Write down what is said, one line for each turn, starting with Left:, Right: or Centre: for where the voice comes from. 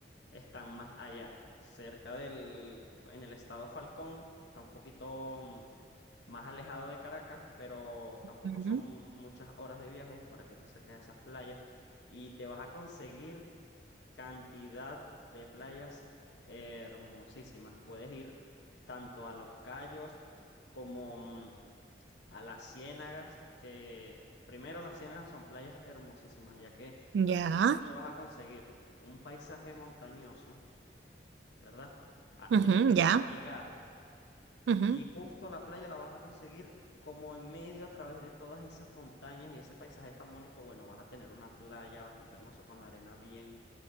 Left: están más allá, cerca del, en el estado Falcón, está un poquito mm, más alejado de Caracas, pero tampoco
Right: ujú,
Left: son muchas horas de viaje para que te acerques a esas playas y te vas a conseguir cantidad de playas hermosísimas. Puedes ir tanto a Los Cayos como mm, a las Ciénagas, que primero las Ciénagas son playas hermosísimas, ya que
Right: Ya.
Left: te vas a conseguir un paisaje montañoso, ¿verdad? A-
Right: ujú,
Left: en el que
Right: ya.
Left: vas a llegar
Right: ujú.
Left: y justo la playa la vas a conseguir como en medio a través de todas esas montañas y ese paisaje tan bonito. Bueno, vas a tener una playa bastante hermosa con la arena bien